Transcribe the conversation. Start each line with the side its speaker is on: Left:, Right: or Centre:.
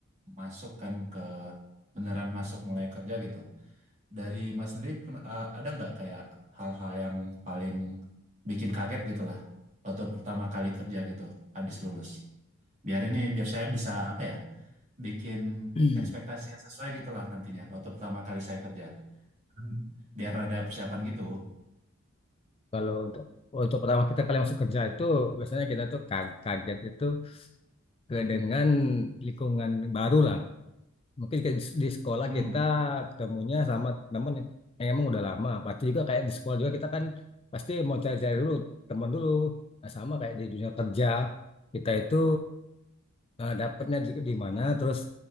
Right: masuk kan ke beneran masuk mulai kerja gitu. Dari Mas sendiri pern- eh, ada nggak kayak hal-hal yang paling bikin kaget gitu lah waktu pertama kali kerja gitu habis lulus. Biar ini biar saya bisa apa ya? bikin
Left: <clears throat>
Right: ekspektasi yang sesuai gitu lah nantinya waktu pertama kali saya kerja. Hmm. Biar ada persiapan gitu.
Left: Kalau untuk untuk pertama kita kali masuk kerja itu biasanya kita tuh ka- kaget itu ke dengan lingkungan baru lah. Mungkin kayak di di sekolah
Right: Hmm.
Left: kita ketemunya sama teman yang yang emang udah lama. Pasti juga kayak di sekolah juga kita kan pasti mau cari-cari dulu teman dulu. Nah, sama kayak di dunia kerja kita itu eh, dapatnya di, di mana terus